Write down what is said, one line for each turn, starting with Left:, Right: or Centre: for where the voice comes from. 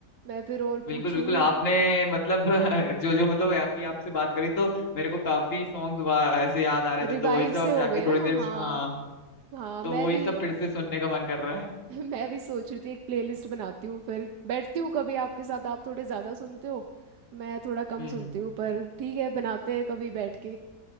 Right: मैं फिर और
Left: बिल्कुल
Right: पूछूंगी
Left: बिल्कुल आपने मतलब <laughs> जो जो मतलब अभी आपसे बात करी तो मेरे को काफी सॉन्ग्स ऐसे याद आ रहे थे
Right: रिवाइव
Left: तो वही सब
Right: से
Left: अब
Right: हो
Left: जाके
Right: गए
Left: थोड़ी
Right: ना
Left: देर
Right: हाँ
Left: हाँ
Right: हाँ मैं
Left: तो वही
Right: भी
Left: सब फिर से सुनने का मन कर रहा है
Right: <laughs> मैं भी सोच रही थी एक प्लेलिस्ट बनाती हूँ फिर बैठती हूँ कभी आपके साथ आप थोड़े ज़्यादा सुनते हो मैं थोड़ा कम
Left: हम्म
Right: सुनती
Left: हम्म,
Right: हूँ पर ठीक है बनाते हैं कभी बैठ के